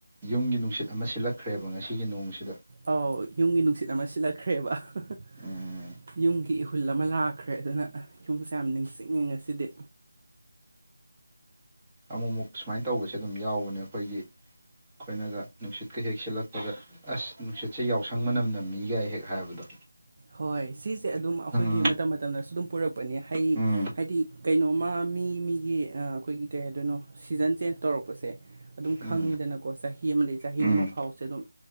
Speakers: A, on the right; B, on the right.
A: ꯌꯨꯝꯒꯤ ꯅꯨꯡꯁꯤꯠ ꯑꯃ ꯁꯤꯠꯂꯛꯈ꯭ꯔꯦꯕ ꯉꯁꯤꯒꯤ ꯅꯣꯡꯁꯤꯗ
B: ꯑꯥꯎ ꯌꯨꯝꯒꯤ ꯅꯨꯡꯁꯤꯠ ꯑꯃ ꯁꯤꯜꯂꯛꯈ꯭ꯔꯦꯕ <unintelligible>
A: ꯎꯝ
B: ꯌꯨꯝꯒꯤ ꯏꯍꯨꯜ ꯑꯃ ꯂꯥꯛꯈ꯭ꯔꯦ ꯑꯗꯨꯅ ꯌꯨꯝꯁꯦ ꯌꯥꯝ ꯅꯤꯡꯁꯤꯡꯉꯤ ꯉꯁꯤꯗꯤ
A: ꯑꯃꯨꯛ ꯑꯃꯨꯛ ꯁꯨꯃꯥꯏꯅ ꯇꯧꯕꯁꯦ ꯑꯗꯨꯝ ꯌꯥꯎꯕꯅꯦ ꯑꯩꯈꯣꯏꯒꯤ ꯑꯩꯈꯣꯏꯅꯒ ꯅꯨꯡꯁꯤꯠꯀ ꯍꯦꯛ ꯁꯤꯜꯂꯛꯄꯗ ꯑꯁ ꯅꯨꯡꯁꯤꯠꯁꯦ ꯌꯥꯎꯁꯪ ꯃꯅꯝ ꯅꯝꯃꯤꯒ ꯍꯦꯛ ꯍꯥꯏꯕꯗꯣ
B: ꯍꯣꯏ ꯁꯤꯁꯦ ꯑꯗꯨꯝ ꯑꯩꯈꯣꯏꯒꯤ
A: ꯎꯝ
B: ꯃꯇꯝ ꯃꯇꯝꯅꯁꯨ ꯑꯗꯨꯝ ꯄꯨꯔꯛꯄꯅꯤ ꯍꯩ
A: ꯎꯝ
B: ꯍꯥꯏꯗꯤ ꯀꯩꯅꯣꯝꯃ ꯃꯤ ꯃꯤꯒꯤ ꯑ ꯑꯩꯈꯣꯏꯒꯤ ꯀꯩ ꯍꯥꯏꯗꯣꯏꯅꯣ ꯁꯤꯖꯟ ꯆꯦꯟꯖ ꯇꯧꯔꯛꯄꯁꯦ ꯑꯗꯨꯝ
A: ꯎꯝ
B: ꯈꯪꯉꯤꯗꯅꯀꯣ ꯆꯍꯤ ꯑꯃꯗ ꯆꯍꯤ
A: ꯎꯝ
B: ꯑꯃ ꯐꯥꯎꯁꯦ ꯑꯗꯨꯝ